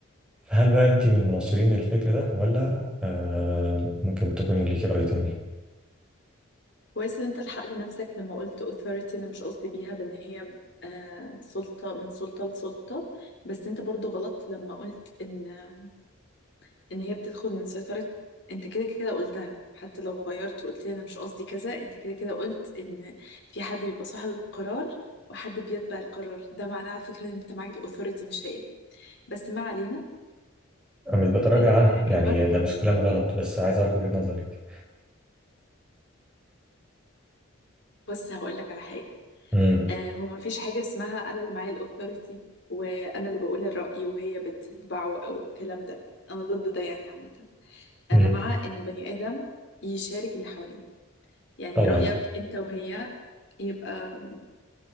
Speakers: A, in the centre; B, on the left.
A: فهل بقى أنت من مناصرين الفكر ده ولا آه ممكن تكوني ليكي رأي تاني؟
B: كويس ان انت لحقت نفسك لما قلت authority انا مش قصدي بيها بان هي آه سلطة من سلطة لسلطة بس انت برضو غلط لما قلت ان ان هي بتدخل من سيطرة انت كده كده قلتها حتى لو غيرت وقلت لي انا مش قصدي كذا انت كده كده قلت ان في حد بيبقى صاحب القرار وحد بيتبع القرار ده معناه على فكرة ان انت معاك الاوثوريتي مش هي بس ما علينا
A: أنا مش بتراجع
B: آه
A: عنها
B: هكلمك
A: يعني ده مش كلام غلط بس عايز أعرف وجهة نظرك
B: بص هقول لك على حاجة
A: امم
B: آه، هو مفيش حاجة اسمها أنا اللي معايا الأوثوريتي وأنا اللي بقول الرأي وهي بتتبعه أو الكلام ده أنا ضد ده يعني عامة أنا
A: امم
B: مع إن البني آدم يشارك اللي حواليه يعني
A: طبعا
B: رأيك أنت وهي يبقى